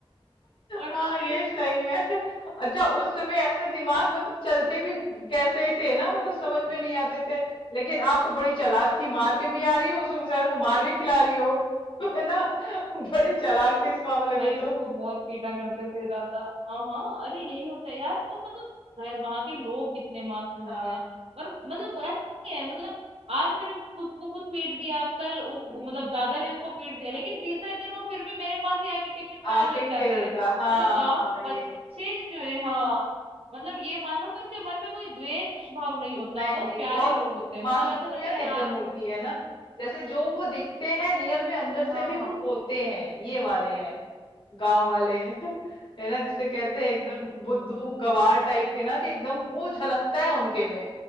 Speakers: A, on the right; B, on the left.
A: और
B: हाँ
A: फिर
B: ये सही है अच्छा उस समय ऐसे दिमाग मतलब चलते भी कैसे ही थे ना मतलब समझ में नहीं आते थे लेकिन आप तो बड़ी चालाक थी मार के भी आ रही हो उसको बेचारे को मार भी खिला रही हो <laughs> है ना बड़ी चालाक
A: हाँ हाँ
B: थी इस मामले
A: भाई
B: में तो
A: उसको बहुत पीटा करते थे दादा हाँ हाँ अरे यही होता है यार वो मतलब घर वहां के लोग कितने मासूम
B: हाँ
A: हैं और मतलब ऐसा नहीं है मतलब आज मैंने उसको खुद पीट दिया कल उस
B: हम्म,
A: मतलब दादा ने उसको पीट दिया लेकिन तीसरे दिन वो फिर भी मेरे पास ही आके टिफिन खाने
B: आके
A: लग जाते
B: खेलता
A: हैं
B: हाँ
A: मतलब गांव
B: हाँ
A: के
B: ये
A: बच्चे जो है हाँ मतलब ये मानो कि उनके मन में कोई द्वेष भाव नहीं
B: नहीं
A: होता बहुत
B: नहीं
A: प्यारे
B: बहुत
A: लोग होते हैं मतलब
B: मासूमियत
A: ऐसा लगता है
B: एकदम
A: यार
B: होती है ना जैसे जो वो दिखते हैं रियल में अंदर से
A: हाँ
B: भी वो
A: हाँ
B: होते हैं ये वाले हैं गांव वाले <laughs> है ना जिसे कहते हैं एकदम बुद्धू गवार टाइप के ना कि एकदम वो झलकता है उनके में